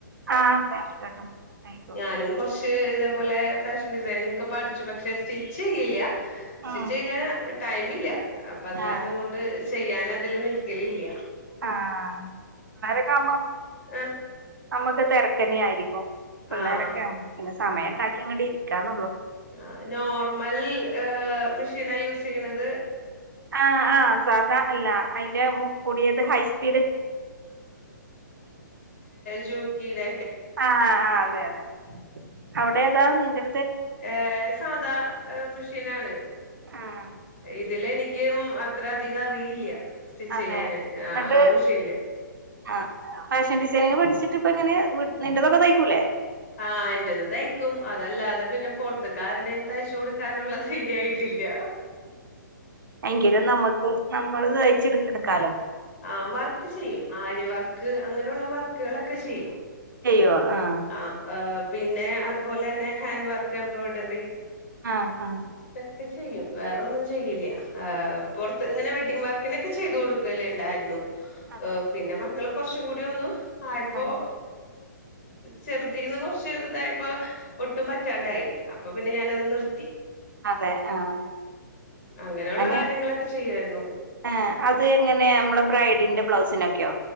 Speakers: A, on the right (about 75°); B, on the left (about 40°).
A: ആഹ് പാന്റ് കട്ടും തയ്ക്കും
B: ഞാനും കുറച്ച് ഇതേപോലെ ഫാഷൻ ഡിസൈനിങ് ഒക്കെ പഠിച്ചു പക്ഷേ സ്റ്റിച്ച് ചെയ്യില്ല. സ്റ്റിച്ച്
A: ഉം
B: ചെയ്യല്ല ടൈം ഇല്ല അപ്പൊ അത് കാരണം
A: ആഹ്
B: കൊണ്ട് ചെയ്യാന് അതില് നിൽക്കല് ഇല്ല്യ
A: ആ <unintelligible> ആവുമ്പോ
B: <inaudible>
A: നമ്മുക്ക് തിരക്കന്നെ ആയിരിക്കും പിള്ളേരൊക്കെ
B: ആഹ്
A: പിന്നെ സമയം ഉണ്ടാക്കി ഇങ്ങോട്ട് ഇരിക്കാന്നള്ളു
B: ആ നോർമൽ മെഷീനാ യൂസ് ചെയ്യണത്.?
A: ആ ആ സാധാ അല്ല അതിന്റെ കൂടിയത് ഹൈസ്പീഡ്.
B: ജോക്കിടാ
A: ആ ആ അതെ അതെ അവിടെ ഏതാ നിൻ്റെ
B: ഏ സാധാ മെഷീനാണ്.
A: ആഹ്
B: ഇതില് എനിക്ക അത്ര അധികം അറിയില്ല. സ്റ്റിച്ച്
A: അതെ
B: ചെയ്യാന്
A: എന്നിട്ട്
B: ആഹ് ആ മെഷീനില്
A: ആ ഫാഷൻ ഡിസൈനിങ് പഠിച്ചിട്ട് ഇപ്പ എങ്ങനെ നിന്റത്തൊക്കെ തയ്ക്കൂലേ
B: ആ എൻ്റെത് തയ്ക്കും അതല്ലാതെ പിന്നെ പൊറത്തുകാരുടെയും തയ്ച്ചു കൊടുക്കാനുള്ള ധൈര്യായിട്ട് ഇല്ലാ.
A: എങ്കിലും നമുക്ക് നമ്മള് തയിച്ച് എടുക്കാലോ
B: ആ വർക്ക് ചെയ്യും ആര്യ വർക്ക് അങ്ങനെയുള്ള വർക്കുകളൊക്കെ ചെയ്യും.
A: ചെയ്യോ. ആഹ്
B: ആ പിന്നെ അതുപോലെ തന്നെ ഹാൻഡ് വർക്ക് എംബ്രോയിഡറി
A: ആ ആ
B: ക്കെ ചെയ്യും വേറെ ഒന്നും ചെയ്ല്ല്യാ പുറത്ത് ഇങ്ങനെ വെഡിങ് വർക്കിനൊക്കെ ചെയ് കൊടുക്കലിണ്ടായിരുന്നു
A: അതെ
B: പിന്നെ മക്കള് കുറച്ച് കൂടി ഒന്നു ആയപ്പോ
A: ആഹ്
B: ചെറുതീന്ന് കുറച്ച് വലുതായപ്പോ ഒട്ടും പറ്റാണ്ടായി അപ്പൊ പിന്നെ ഞാനത് നിർ
A: അതെ ആ-
B: അങ്ങനെയുള്ള
A: അങ്ങനെ
B: കാര്യങ്ങളൊക്കെ ചെയ്യുവായിരുന്നു
A: ആ അത് എങ്ങനെയാ നമ്മള് ബ്രൈഡിന്റെ ബ്ലൗസിനൊക്കെ